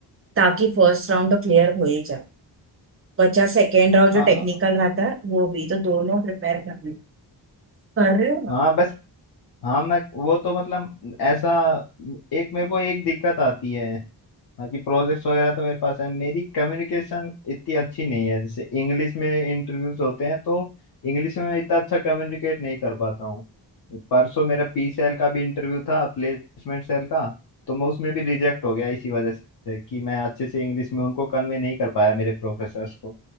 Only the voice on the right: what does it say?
ताकि फर्स्ट राउंड तो क्लियर हो ही जाए बचा सेकेंड राउंड जो
टेक्निकल रहता है वो भी तो दोनों प्रिपेयर करने कर रहे हो आप?